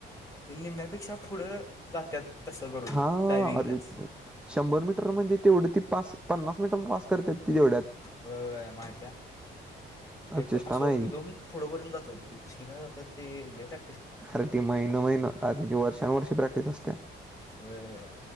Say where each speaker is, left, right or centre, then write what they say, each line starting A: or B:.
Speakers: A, on the left; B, in the centre.
A: ते निम्म्यापेक्षा पुढ जातात तस करून
B: हा
A: डायविंगनच
B: अरे शंभर मीटर मधी तेवढ ती पास पन्नास मीटर पास करतात ती तेवढ्यात-
A: होय होय माहिती आहे लय‌
B: चेष्टा
A: पुढ
B: नाही.
A: पर्यंत जात ते शिकाय जातात ते लय काय
B: अरे ती महिना महिना त्यांची वर्षानुवर्षे प्रॅक्टिस असते
A: होय